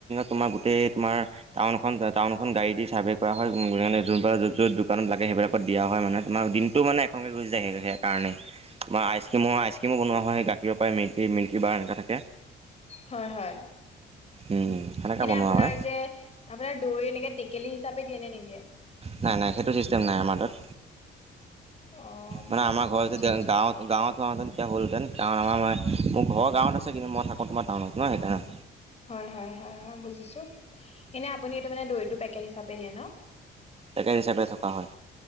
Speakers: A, on the right; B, on the left.
A: তোমাৰ তোমাৰ টাউনখন টাউনখন গাড়ী দি চাৰ্ভে কৰা হয় যোনব যত য'ত দোকানত লাগে সেইবিলাকত দিয়া হয় মানে তোমাৰ দিনটো মানে এখনকে গুচি য স সেই কাৰণে। তোমাৰ আইচক্ৰীমো আইচ ক্ৰীমো বনোৱা হয়। নয়েই গাখীৰৰ পৰাই মিল্কী মিল্কী বাৰ এনেকা থাকে।
B: হয় হয়।
A: উম সেনেকৈ
B: এনে
A: বনোৱা
B: আপোনাৰ
A: হয়
B: যে আপোনাৰ দৈ এনেকে টেকেলি হিচাপে দিয়ে নে নিদিয়ে?
A: নাই নাই। সেইটো ছিষ্টেম নাই আমাৰ তাত।
B: অ
A: মানে
B: ম
A: আমাৰ
B: অ
A: ঘৰ
B: আচ্ছা আচ্ছা
A: গাঁৱত গাঁৱত। তে তে হ'লহেঁতেন কাৰণ আমাৰ ম মোৰ ঘৰ গাৱত আছে কিন্তু মই থাকোঁ‌। তোমাৰ টাউনত ন সেই কাৰণে।
B: হয় হয় হয় বুজিছো। এনে আপুনি দৈটো পেকেট হিচাপে দিয়ে ন?
A: পেকেট হিচাপে থকা হয়